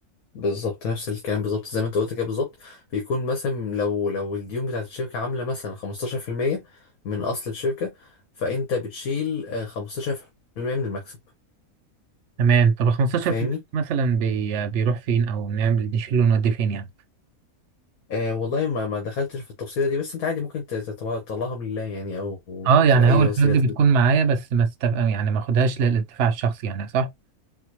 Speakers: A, on the left; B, on the right.
A: بالظبط نفس الكلام بالظبط زي ما انت قلت كده بالظبط بيكون مثلا لو لو الديون بتاعت الشركه عامله مثلا 15% من اصل الشركه فانت بتشيل آه، 15% من المكسب
B: تمام طب ال 15%
A: فاهمني
B: مثلا بي بيروح فين او نعمل نشيله ونوديه فين يعني
A: آه والله ما ما دخلتش في التفصيله دي بس انت عادي ممكن تطلعها من لله يعني او
B: اه يعني
A: لاي
B: هو الفلوس
A: وسيله
B: دي بتكون معايا بس ما استف... يعني ما اخدهاش للانتفاع الشخصي يعني صح